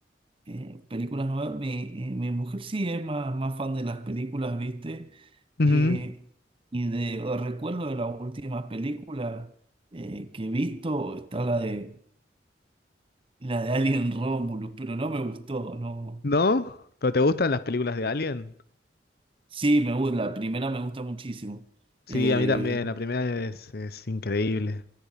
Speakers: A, on the right; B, on the left.
A: eh, películas nuevas. Mi, eh, mi mujer sí es más, más fan de las películas, ¿viste?
B: Ujú.
A: Eh, y de o recuerdo de la última película eh, que he visto, está la de La de Alien Romulus, pero no me gustó, no.
B: ¿No? ¿Pero te gustan las películas de Alien?
A: Sí, me gusta, la primera me gusta muchísimo.
B: Sí,
A: Eh,
B: a mí también, la primera es, es increíble.